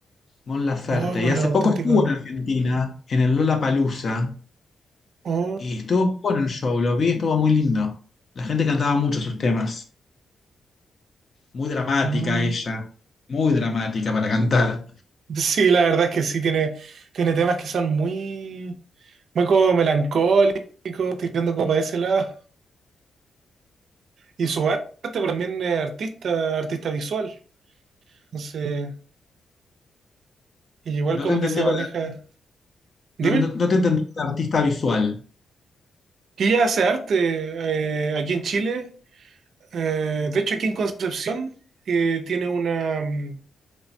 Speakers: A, on the left; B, on the right.
A: Mon Laferte.
B: Oh, con
A: Y hace
B: la auténtica.
A: poco estuvo en Argentina, en el Lollapalooza.
B: Oh,
A: Y estuvo muy bueno el show. Lo vi, estuvo muy lindo. La gente cantaba mucho sus temas. Muy dramática
B: oh.
A: ella. Muy dramática para cantar.
B: Sí, la verdad es que sí, tiene, tiene temas que son muy, muy como melancólicos, tirando como para ese lado. Y su arte pero también es artista, artista visual. Entonces, y igual
A: No
B: como
A: te entendí
B: que se maneja.
A: lo de-
B: Dime,
A: no, no- no te entendí lo de artista visual.
B: que ella hace arte eh, aquí en Chile. Eh, de hecho, aquí en Concepción eh, tiene una mm,